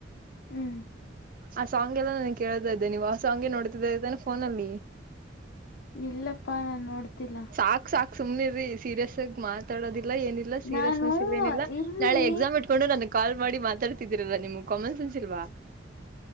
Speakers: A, on the left; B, on the right.
A: ಹ್ಮ್
B: ಆ ಸಾಂಗ್ ಎಲ್ಲ ನಾನ ಕೇಳತಾ ಇದ್ದೆ ನೀವು ಆ ಸಾಂಗೇ ನೋಡ್ತಿದ್ದ ಇದ್ದಾನ ಫೋನ ಅಲ್ಲಿ.
A: ಇಲ್ಲಪ್ಪಾ ನಾನ ನೋಡ್ತಿಲ್ಲ.
B: ಸಾಕ್ ಸಾಕ್ ಸುಮ್ನೆ ರೀ ಸೀರಿಯಸ್ ಆಗ ಮಾತ್ ಡೋದಿಲ್ಲ ಏನಿಲ್ಲ ಸೀರಿಯಸ್ನೆಸ್
A: ನಾನು
B: ಇಲ್ಲ ನಿಲ್ಲ
A: ಇರ್ರಿ
B: ನಾಳೆ ಎಕ್ಸಾಮ್ ಇಟ್ಕೊಂಡು ನನಗೆ. ಕಾಲ್ ಮಾಡಿ ಮಾತಾಡ್ತಿದೀರಲ್ಲ ನಿಮ್ಗೆ ಕಮೆನ್ಸ್ ಇಲವ್ವ.